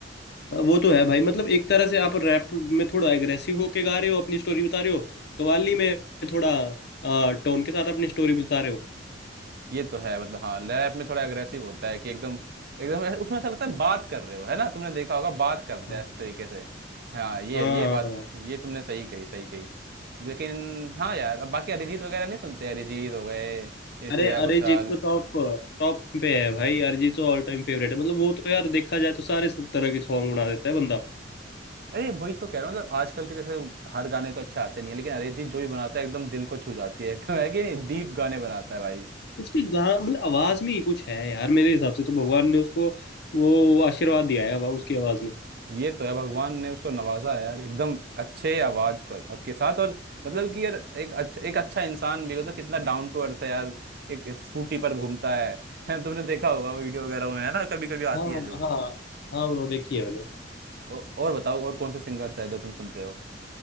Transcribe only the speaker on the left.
वो तो है भाई मतलब एक तरह से आप रैप में थोड़ा एग्रेसिव होके गा रहे हो अपनी स्टोरी बता रहे हो कव्वाली में थोड़ा टोन के साथ अपनी स्टोरी बता रहे हो
हाँ
हाँ
अरे
अरिजीत तो टॉप टॉप पे है भाई अरिजीत तो ऑल टाइम फेवरेट है मतलब वो तो यार देखा जाए तो सारे तरह के सॉन्ग बना देता है बंदा
उसकी गा मतलब आवाज में ही कुछ है यार मेरे हिसाब से तो भगवान ने उसको वो आशीर्वाद दिया है आवा- उसकी आवाज में
हाँ
हाँ हाँ ब्रो देखी है मैंने